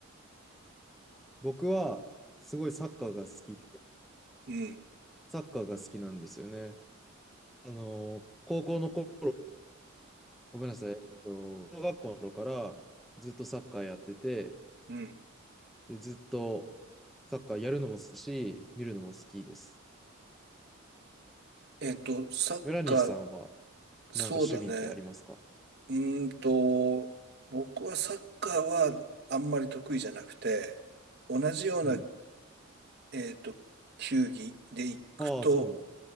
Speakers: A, in the centre; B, on the right.
A: 僕は、すごいサッカーが好きで、
B: うん、
A: サッカーが好きなんですよね。あの高校の頃、ごめんなさい、えっと、小学校の頃からずっとサッカーやってて、
B: うん。
A: で、ずっとサッカーやるのも好きだし、見るのも好きです。
B: えっと、サッカー、
A: 村西さんは、
B: そうだね。
A: なんか趣味ってありますか
B: うーんと、僕はサッカーはあんまり得意じゃなくて、同じような、
A: うん。
B: えっと、球技で行くと、
A: ああ、そうなの。